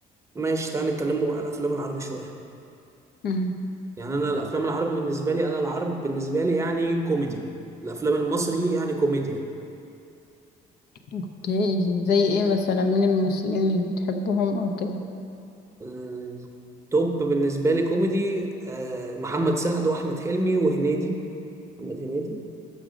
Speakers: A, on the right; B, on the left.
A: ماشي تعالى نتكلموا بقى على الافلام العربي شويه
B: مم.
A: يعني انا الافلام العربي بالنسبه لي انا العرب بالنسبه لي يعني كوميدي الافلام المصري يعني كوميديا
B: اوكي زي ايه مثلا من الممثلين اللي بتحبهم او كده
A: التوب بالنسبه لي كوميدي آه، محمد سعد واحمد حلمي وهنيدي محمد هنيدي